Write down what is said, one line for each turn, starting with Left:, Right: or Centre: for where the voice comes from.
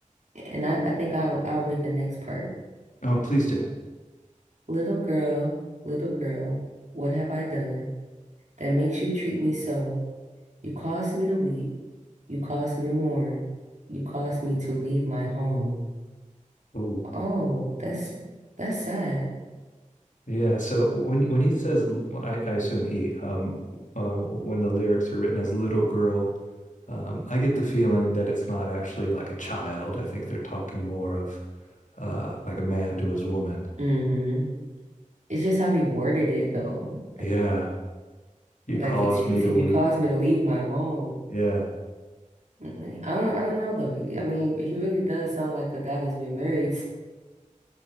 Right: And I, I think I'll I'll read the next part.
Left: Oh, please do.
Right: Little girl, little girl, what have I done that makes you treat me so? You caused me to weep. You caused me to mourn. You caused me to leave my home.
Left: Ooh.
Right: Oh, that's that's sad.
Left: Yeah, so when when he says, I I assume he, um, uh, when the lyrics are written as little girl, um, I get the feeling that it's not actually like a child. I think they're talking more of uh, like a man to his woman.
Right: Mm-hmm. It's just how he worded it though.
Left: Yeah, you
Right: Like
Left: caused
Right: he he
Left: me
Right: said,
Left: to weep.
Right: you caused me to leave my home.
Left: Yeah.
Right: Mm, I don't I don't know though. He- I mean, he really does sound like a guy that's been married.